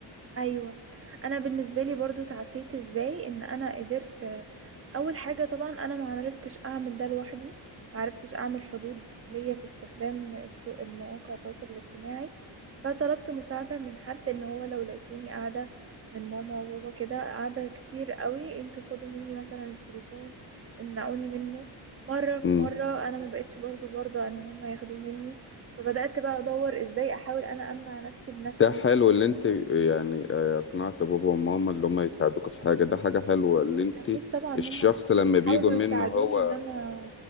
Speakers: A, on the right; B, on the left.
A: ايوه انا بالنسبه لي برضو تعافيت ازاي ان انا قدرت آه، اول حاجه طبعا انا ما عرفتش اعمل ده لوحدي ما عرفتش اعمل حدود ليا في استخدام السوق المواقع التواصل الاجتماعي فطلبت مساعده من حد ان هو لو لقيتوني قاعده من ماما وبابا كده قاعده كتير قوي انتوا خدوا مني مثلا التليفون امنعوني منه مره في
B: مم.
A: مره انا ما بقتش برضو برضه ان هم ياخدوه مني فبدات بقى ادور ازاي احاول انا امنع نفسي بنفسي
B: ده حلو اللي انت يعني آه، اقنعت بابا وماما اللي هم يساعدوك في حاجة ده حاجة حلوة اللي انت
A: اكيد طبعا هم
B: الشخص لما
A: بيحاولوا
B: بيجوا منه
A: يساعدوني
B: هو
A: ان انا